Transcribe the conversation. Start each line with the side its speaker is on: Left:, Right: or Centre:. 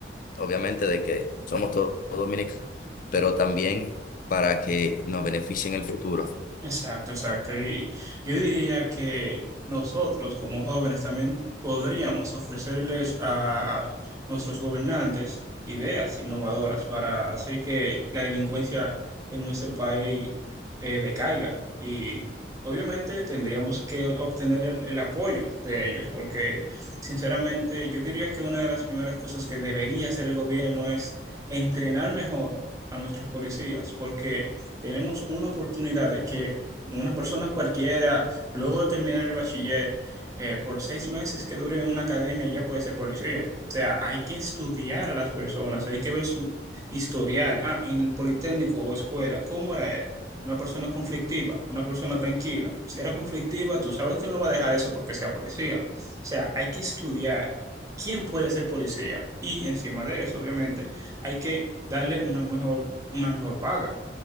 Left: obviamente, de que somos todos dominicanos, pero también para que nos beneficien en el futuro.
Right: Exacto, exacto. Y yo diría que nosotros como jóvenes también podríamos ofrecerles a nuestros gobernantes ideas innovadoras para hacer que la delincuencia en nuestro país eh, decaiga. Y obviamente tendríamos que obtener el, el apoyo de ellos, porque sinceramente yo diría que una de las primeras cosas que debería hacer el gobierno es entrenar mejor a nuestros policías, porque... Tenemos una oportunidad de que una persona cualquiera, luego de terminar el bachiller, eh, por seis meses que dure en una academia, ya puede ser policía. O sea, hay que estudiar a las personas, hay que ver su historial. Ah, en el politécnico o escuela, ¿cómo era él? Una persona conflictiva, una persona tranquila. Si era conflictiva, tú sabes que él no va a dejar eso porque sea policía. O sea, hay que estudiar quién puede ser policía. Y encima de eso, obviamente, hay que darle una mejor, una mejor paga.